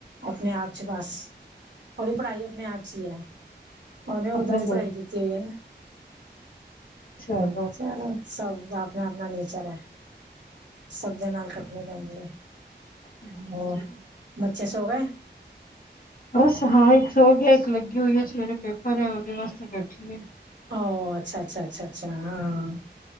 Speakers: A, on the right (about 75°); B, on the left (about 50°).
A: ਆਪਣੇ ਆਪ ਚ ਬਸ, ਉਹਦੀ ਪੜ੍ਹਾਈ ਆਪਣੇ ਹੱਥ ਚ ਹੀ ਹੈ, ਉਹਨੇ ਓਦਾਂ
B: ਆਪਣੇ
A: ਦੀ
B: ਘਰ
A: ਪੜ੍ਹਾਈ ਕੀਤੀ। ਹੈ।
B: ਚਲੋ
A: ਚਲੋ, ਸਭ ਦਾ ਆਪਣਾ- ਆਪਣਾ ਨੇਚਰ ਹੈ। ਸਭ ਦੇ ਨਾਲ ਕੱਟਣੀ ਪੈਂਦੀ ਹੈ,
B: ਜੀ,
A: ਹੋਰ
B: ਜੀ।
A: ਬੱਚੇ ਸੌ ਗਏ?
B: ਬਸ, ਹਾਂ ਇੱਕ ਸੌ ਗਿਆ, ਇੱਕ ਲੱਗੀ ਹੋਈ ਹੈ, ਸਵੇਰੇ ਪੇਪਰ ਹੈ, ਉਹਦੇ ਵਾਸਤੇ ਬੈਠੀ ਹੈ।
A: ਓ, ਅੱਛਾ -ਅੱਛਾ, ਅੱਛਾ -ਅੱਛਾ, ਹਾਂ।